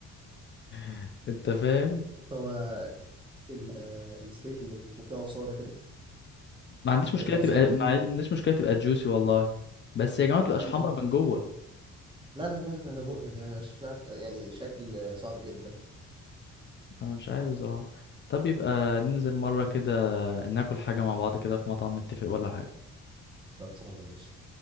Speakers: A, on the left; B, on the right.
A: <laughs> انت فاهم
B: <laughs> هو ال- آه، الستيك اللي بيكون فيه عصارة كده
A: ما عنديش مشكله
B: العصارة
A: تبقى ما
B: دي
A: عنديش مشكله تبقى جوسي والله بس يا جماعه ما تبقاش
B: مم.
A: حمرا من جوه
B: لا لا لا ده ده مقرف ده شخ... يعني شكل صعب جدا
A: انا مش عارف بصراحه طب يبقى ننزل مره كده ناكل حاجه مع بعض كده في مطعم نتفق ولا حاجه
B: خلصانة ماشي